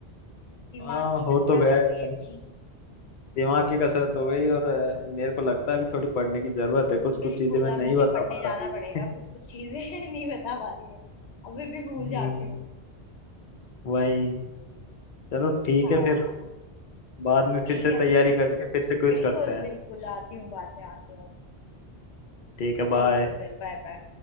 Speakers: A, on the left; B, on the left.
A: दिमाग
B: हाँ
A: की
B: हो
A: कसरत
B: तो गया
A: हो गई
B: है।
A: अच्छी
B: दिमाग की कसरत हो गई और अ, मेरे को लगता है अभी थोड़ी पढ़ने की जरूरत है कुछ कुछ
A: बिल्कुल
B: चीजें मैं नहीं
A: अब मुझे
B: बता
A: पढ़ने
B: पा
A: जाना
B: रहा अभी
A: पड़ेगा
B: भी।
A: कुछ कुछ चीजें <laughs> नहीं बता पा रही मैं अभी भी भूल
B: हम्म
A: जाती हूँ
B: वही चलो ठीक
A: हाँ
B: है फिर बाद में
A: ठीक
B: फिर से
A: है
B: तैयारी
A: तो फिर
B: करके फिर से क्विज
A: बिल्कुल
B: करते हैं
A: बिल्कुल आती हूँ बाद में आती हूँ
B: ठीक है
A: चलो
B: बाय
A: तो फिर बाय बाय